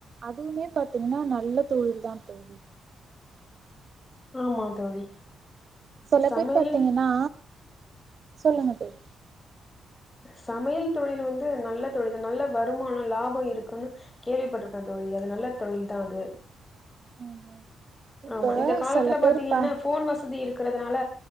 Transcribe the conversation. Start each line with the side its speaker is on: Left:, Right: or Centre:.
Right: அதுவுமே பாத்தீங்கன்னா நல்ல தொழில் தா தோழி
Left: ஆமாம் தோழி
Right: சில
Left: சமையல்னு
Right: பேர் பாத்தீங்கனா சொல்லுங்க தோழி
Left: சமயல் தொழில் வந்து நல்ல தொழில் நல்ல வருமானோ லாபோ இருக்குன்னு கேள்வி பட்ருக்கே தோழி அது நல்ல தொழில் தா அது
Right: ம் ம் இப்ப
Left: ஆமா இந்த காலத்துல
Right: சில பேர்
Left: பாத்தீங்கன்னா
Right: பா
Left: ஃபோன் வசதி இருக்கறதுனால